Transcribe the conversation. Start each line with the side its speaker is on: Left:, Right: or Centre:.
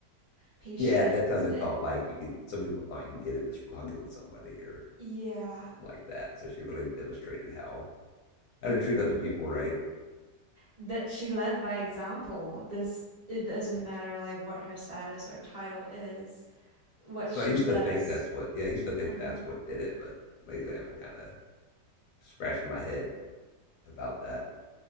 Right: patients
Left: Yeah, at that time they
Right: and
Left: thought like you could some people thought you can get it just from hugging somebody or
Right: yeah.
Left: something like that. So she really demonstrated how how
Right: mhm.
Left: to treat other people, right?
Right: that she led by example. This it doesn't
Left: Yeah.
Right: matter like what her status or title is, what
Left: So
Right: she
Left: I used
Right: does.
Left: to think that's what yeah, I used to think
Right: Uh-huh.
Left: that's what did it, but lately I've been kinda scratching my head about that.